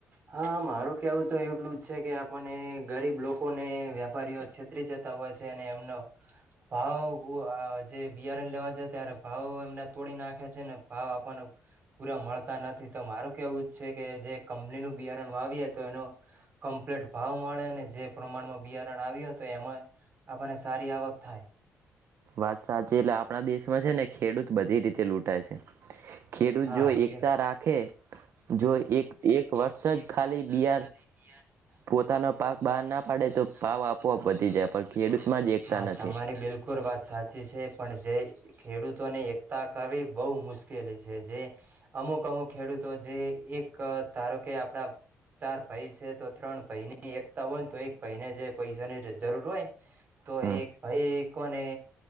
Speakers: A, on the right; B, on the right.
A: હા મારું કેવું તો એટલું જ છે કે આપને ગરીબ લોકોને વેપારીઓ છેતરી જતા હોય છે અને એમનો ભાવ જે બિયારણ લેવા જ ત્યારે ભાવ એમના તોડી નાખે છે ને ભાવ આપણને પૂરા મળતા નથી તો મારું કેવું જ છે કે જે કંપનીનુંું બિયારણ વાવીએ તો એનો કમ્પ્લીટ ભાવ મળે અને જે પ્રમાણમાં બિયારણ આવ્યું તો એમાં આપણને સારી આવક થાય
B: વાત સાચી એટલે આપણા દેશમાં છે ને ખેડૂત બધી રીતે લૂંટાય છે ખેડૂત
A: હા
B: જો
A: છે.
B: એકતા રાખે જો એક
A: <inaudible> ઉપર
B: વર્ષ જ ખાલી બિયાર પોતાનો પાક બહાર ના પાડે તો ભાવ આપોઆપ વધી જાય પણ ખેડૂતમાં જ એકતા નથી
A: વાત સાચી છે પણ જે ખેડૂતોને એકતા કરવી બહુ મુશ્કેલી છે જે અમુક અમુક ખેડૂતો જે એક ધારો કે આપડા ચાર ભાઈ છે તો ત્રણ ભાઈની એકતા હોય ને તો એક ભાઈને જે પૈસાની જરૂર હોય ને તો
B: હમ
A: એક ભાઈ ને